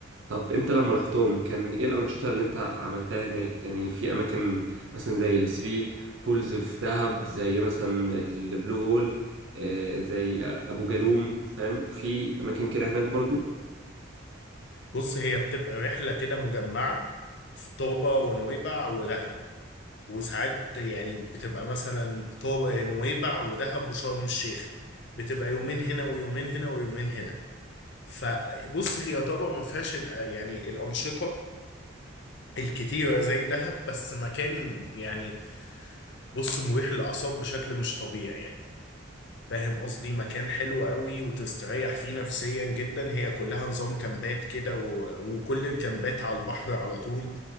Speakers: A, on the right (about 65°); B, on the left (about 55°).
A: طب انت لما رحتهم كان ايه الانشطه اللي انت عملتها هناك يعني في اماكن مثلا زي الثري بولز في دهب زي مثلا البلو هول آه، زي ابو جالوم فاهم في اماكن كده هناك برضو
B: بص هي بتبقى رحلة كده مجمعة في طابة ونويبع ودهب وساعات يعني بتبقى مثلا طابة نويبع ودهب وشرم الشيخ بتبقى يومين هنا ويومين هنا ويومين هنا فبص هي طابة ما فيهاش ال- يعني الأنشطة الكتيرة زي دهب بس مكان يعني بص مريح للأعصاب بشكل مش طبيعي يعني فاهم قصدي مكان حلو قوي وتستريح فيه نفسيا جدا هي كلها نظام كامبات كده و... وكل الكامبات على البحر على طول